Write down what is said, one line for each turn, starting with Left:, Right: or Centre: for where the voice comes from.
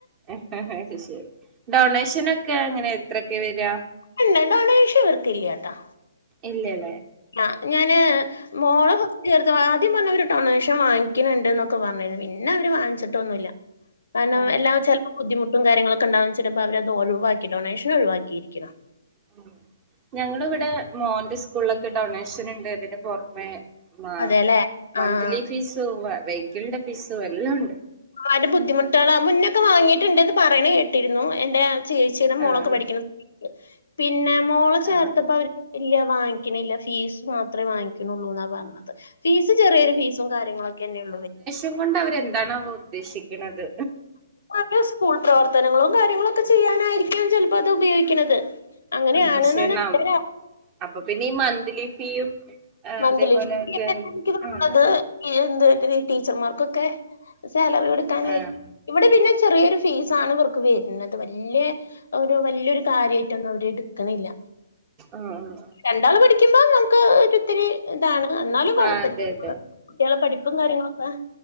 Right: അയ് ശെരി ഡൊണേഷനൊക്കെ എങ്ങനെ എത്രൊക്കെ വരാ
Left: ഇല്ല ഡാണാഷൻ ഇവർക്കിയില്ലാട്ടാ
Right: ഇല്ലാല്ലേ
Left: ല്ല ഞാന് മോള ചേർത്താപ്പോ ആദ്യം പറഞ്ഞ് അവര് ഡൊണേഷൻ വാങ്ങിക്കുന്നുണ്ട് എന്നൊക്കെ പറഞ്ഞരുന്നു പിന്നെ അവര് വാങ്ങിച്ചി ട്ടോന്നുല്ല കാരണം
Right: ആഹ്
Left: എല്ലാം ചിലപ്പോ ബുദ്ധിമുട്ടും കാര്യങ്ങളൊക്കെ ഉണ്ടവു ച്ച് ചിലപ്പോ അവരത് ഒഴിവാക്കി ഡൊണേഷൻ ഒഴിവാക്കിയിരിക്കണം
Right: ഉം ഞങ്ങളിവിടെ മോന്റെ സ്കൂളിലൊക്കെ ഡൊണേഷൻ ഉണ്ട് അതിന് പുറമെ മാ
Left: അതേല്ലേ?
Right: മന്തിലി
Left: ആഹ്.
Right: ഫീസും വെഹിക്കിളിന്റെ ഫീസും എല്ലാം ഉണ്ട്
Left: വളരെ ബുദ്ധിമുട്ടുകളാ മുന്നൊക്കെ വാങ്ങിട്ടുണ്ട്ന്ന് പറയണ കേട്ടിരുന്നു എന്റെ ചേച്ചിടെ മോളൊക്കെ
Right: ആഹ്
Left: പഠിക്കണ പിന്നെ മോള ചേർത്തപ്പോ
Right: ആഹ് ആഹ്
Left: അവര് ഇല്ല വാങ്ങിക്കണില്ല ഫീസ് മാത്രേ വാങ്ങിക്കുണുള്ളൂന്നാ പറഞ്ഞത് ഫീസ് ചെറിയൊരു ഫീസും കാര്യങ്ങളൊക്കെന്നെ ഉള്ളൂ വര്യാ
Right: ൻ കൊണ്ട് അവരെന്തണവോ ഉദ്ദേശിക്കുന്നത്
Left: അത് സ്കൂൾ പ്രവർത്തനങ്ങളും കാര്യങ്ങളൊക്കെ ചെയ്യാനായിരിക്കാം ചിലപ്പോ അത് ഉപയോഗിക്കുന്നത് അങ്ങനെ
Right: ആഹ്
Left: ആണെന്നാണ്
Right: പക്ഷെ ന
Left: എന്റെയൊരു
Right: അപ്പൊ പിന്നെ ഈ മന്ത്ലി ഫീയും ആഹ്
Left: മന്ത്ലി
Right: അതേപോലെയൊക്കെ
Left: ഫീ ഒക്കെ എനിക്ക് തോന്നണത്
Right: ആഹ്
Left: എന്ത് ടീച്ചർമാർക്കൊക്കെ സാലറി എടുക്കാനായി
Right: ആഹ് ആഹ്
Left: ഇവിടെ പിന്നെ ചെറിയൊരു ഫീസാണ് ഇവർക്ക് വരുന്നത് വല്യ ഒരു വല്യൊരു കാര്യയിട്ടൊന്നും അവര് എടുക്കണില്ല
Right: ആഹ് ആഹ്
Left: രണ്ടാൾ പഠിക്കുമ്പോ നമുക്ക് ഒരു ഒര് ഇതാണ് എന്നാലും കുഴപ്പില്ല
Right: ആഹ് അതെ അതെ
Left: കുട്ടികളെ പഠിപ്പും കാര്യങ്ങളൊക്കെ